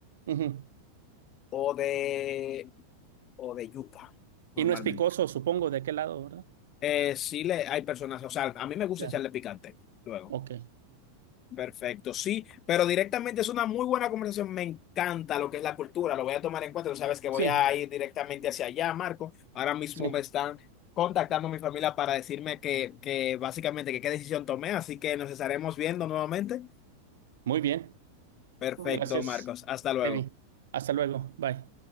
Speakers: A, on the right; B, on the left.
A: Ujú.
B: o de o de yuca
A: Y
B: normalmente.
A: no es picoso, supongo, de aquel lado, ¿verdad?
B: Eh, sí le hay personas, o sea, a mí me gusta
A: Ya,
B: echarle picante luego.
A: ok.
B: Perfecto, sí, pero directamente es una muy buena conversación. Me encanta lo que es la cultura, lo voy a tomar en cuenta. Tú sabes que voy
A: Sí,
B: a ir directamente hacia allá, Marco. Ahora mismo
A: sí.
B: me están contactando mi familia para decirme que, que básicamente que qué decisión tomé, así que nos estaremos viendo nuevamente.
A: Muy bien.
B: Perfecto,
A: Gracias,
B: Marcos. Hasta luego.
A: Levi. Hasta luego. Bye.